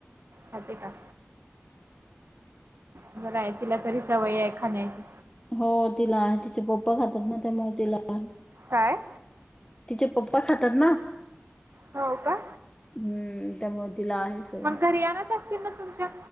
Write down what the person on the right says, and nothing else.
खाते का. बरं आहे तिला तरी सवय आहे खाण्याची.
काय?
हो का
मग घरी आणत असतील ना तुमच्या?